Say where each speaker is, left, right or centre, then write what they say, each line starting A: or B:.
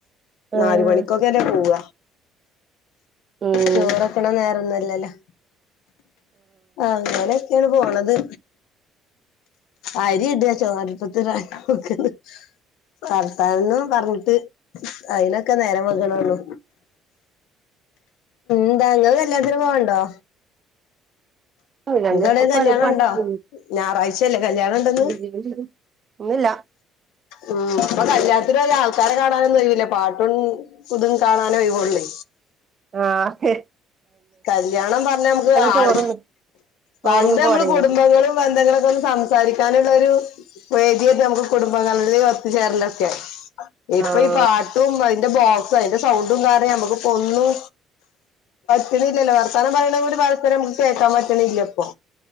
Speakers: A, on the left; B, on the right.
A: നാല്
B: ആഹ്
A: മണിക്കൊക്കെ അല്ലേ പോവ.
B: ഉം
A: ചോറക്കണ നേരൊന്നും അല്ലല്ലോ ആഹ് അങ്ങനെ ങ്ങനെണ് പോണത്. ആരി ഇട ചോറ അടുപ്പത്തിടാൻ നോക്കന്ന്. ഭർത്താവിനും പറഞ്ഞിട്ട് അതിനൊക്കെ നേരം വെകണോള്ളു. ന്താ ങ്ങള് കല്യാണത്തിന് പോവണ്ടോ?
B: '
A: നിങ്ങക്ക് എവിടെ കല്യാണം ഉണ്ടോ ഞായറാഴ്ചയല്ലേ കല്യാണം ഉണ്ടെന്ന്
B: <inaudible> ഇന്ന് ഇല്ല.
A: ഉം ഇപ്പോ കല്യാത്തിന് പോയാ ആൾക്കാരെ കാണാനൊന്നും ഒഴിവില്ല, പാട്ടും പുതും കാണാന ഒഴിവോള്ളേ.
B: ആ ഹെ.
A: കല്ല്യാണം പറഞ്ഞാ നമുക്ക് ആള്
B: ചോറ്ന്ന് ചോറ്ന്ന്
A: പണ്ട്
B: പോരേനി
A: നമ്മള് കുടുംബങ്ങളും ബന്ധങ്ങളും ഒക്കെ ഒന്ന് സ സംസാരിക്കാനുള്ള ഒരു വേദിയായിട്ട് നമുക്ക് കുടുംബങ്ങളിൽ ഒത്തുചേരല്ഒക്കെ ഇപ്പയി
B: ആഹ്
A: പാ ട്ടും അതിന്റെ ബോക്സും അതിന്റെ സൗണ്ടും കാരണം നമുക്ക് ഒന്നും പറ്റുന്നില്ലല്ലോ വർത്തം പറയുന്ന ഒരു പരസ്പരം നമ്മക്ക് കേൾക്കാൻ പറ്റണില്ല ഇപ്പൊ?